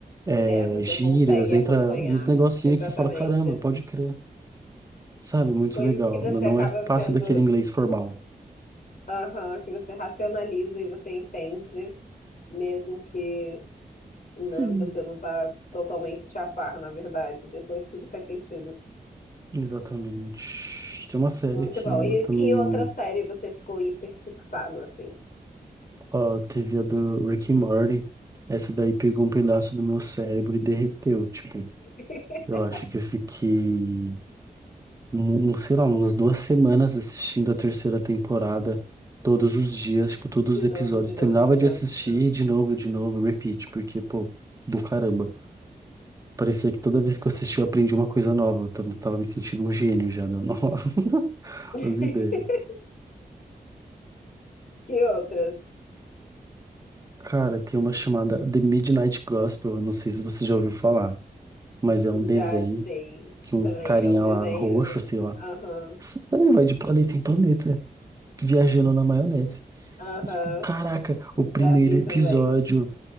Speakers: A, on the right; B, on the left.
A: é,
B: É, você
A: gírias,
B: consegue acompanhar,
A: entra uns negocinhos
B: exatamente.
A: que você fala, caramba, pode crer. Sabe? Muito
B: Coisas
A: legal.
B: que você
A: Não não
B: acaba
A: é, passa
B: tendo,
A: daquele inglês formal.
B: aham, que você racionaliza e você entende, mesmo que, né,
A: Sim.
B: você não tá totalmente a par, na verdade. Depois tudo faz sentido.
A: Exatamente. Tem uma série
B: Muito
A: que
B: bom.
A: eu
B: E
A: também.
B: que outra série você ficou hiperfixado, assim?
A: Ó, teve a do Rick and Morty. Essa daí pegou um pedaço do meu cérebro e derreteu. Tipo,
B: <laughs>
A: eu acho que eu fiquei, um, um, sei lá, umas duas semanas assistindo a terceira temporada todos os dias, tipo, todos
B: De
A: os episódios.
B: novo, de
A: Eu
B: novo,
A: terminava
B: de
A: de
B: novo,
A: assistir
B: de novo.
A: e de novo, de novo, repeat, porque, pô, do caramba. Parecia que toda vez que eu assisti eu aprendi uma coisa nova. Eu tava tava me sentindo um gênio já, dando <laughs>
B: <laughs>
A: as ideias.
B: Que outras?
A: Cara, tem uma chamada The Midnight Gospel, eu não sei se você já ouviu falar, mas é um
B: Já
A: desenho
B: sei.
A: que um
B: Também
A: carinha
B: é um desenho.
A: lá, roxo, sei lá,
B: Aham,
A: ele vai de planeta em planeta, viajando na maionese.
B: aham.
A: E tipo, caraca, o primeiro
B: Já vi
A: episódio
B: também.